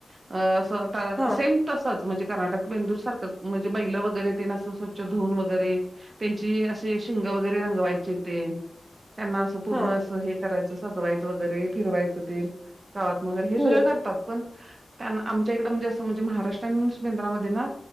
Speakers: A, on the right (about 60°); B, on the right (about 15°).
A: अ असं
B: हा
A: सेम तसंच म्हणजे कर्नाटक बेंदूर सारखंच, म्हणजे बैलं वगैरे तेन असं स्वच्छ धुऊन वगैरे, त्यांची असे शिंग वगैरे रंगवायची ते त्यांना अस पूर्ण
B: हा
A: हे करायचं, सजवायचं वगैरे, फिरवायचं ते गावातन हे
B: हम्म
A: सगळं करतात पण आमच्या इकडे म्हणजे असं म्हणजे महाराष्ट्रान बेंदरामध्ये ना